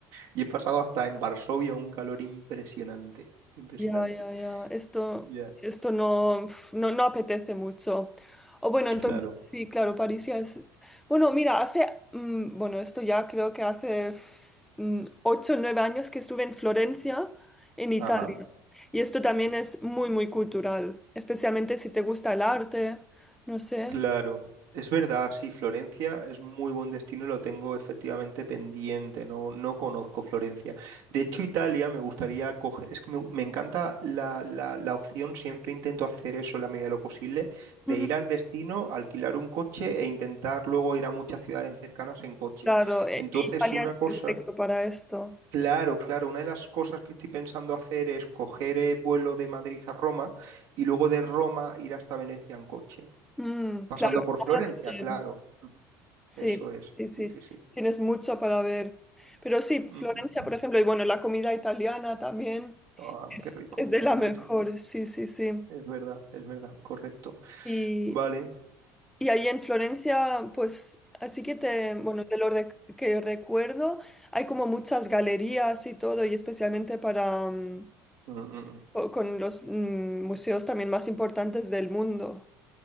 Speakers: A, on the right (about 70°); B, in the centre.
A: Y he pasado hasta en Varsovia un calor impresionante, impresionante.
B: Ya, ya, ya. Esto,
A: Ya,
B: esto no, no, no apetece mucho. O bueno, entonces
A: claro,
B: sí, claro, París ya es. Bueno, mira, hace, mm, bueno, esto ya creo que hace f- s- mm, ocho, o nueve años que estuve en Florencia, en Italia.
A: Ajá.
B: Y esto también es muy, muy cultural, especialmente si te gusta el arte, no sé.
A: claro. Es verdad, sí, Florencia es muy buen destino y lo tengo efectivamente pendiente, no, no conozco Florencia. De hecho, Italia me gustaría coger, es que me, me encanta la, la, la opción, siempre intento hacer eso en la medida de lo posible, de
B: Ujú.
A: ir al destino, alquilar un coche e intentar luego ir a muchas ciudades cercanas en coche.
B: Claro, e-
A: Entonces,
B: Italia
A: una
B: es
A: cosa...
B: perfecto para esto.
A: Claro, claro. Una de las cosas que estoy pensando hacer es coger eh, vuelo de Madrid a Roma y luego de Roma ir hasta Venecia en coche,
B: Mm,
A: pasando
B: claro,
A: por
B: Roma
A: Florencia,
B: también.
A: claro. Ujú.
B: Sí,
A: Eso es.
B: sí, sí.
A: Sí, sí, sí.
B: Tienes mucho para ver. Pero sí,
A: Mm,
B: Florencia,
A: mm.
B: por ejemplo, y bueno, la comida italiana también
A: Ah,
B: es,
A: qué rico.
B: es de la
A: Sí,
B: mejor,
A: sí, sí.
B: sí, sí, sí.
A: Es verdad, es verdad. Correcto.
B: Y,
A: Vale.
B: y ahí en Florencia, pues, así que te, bueno, de lo rec- que recuerdo, hay como muchas galerías y todo, y especialmente para, mm,
A: Mm, mm, mm.
B: co- con, los mm, museos también más importantes del mundo,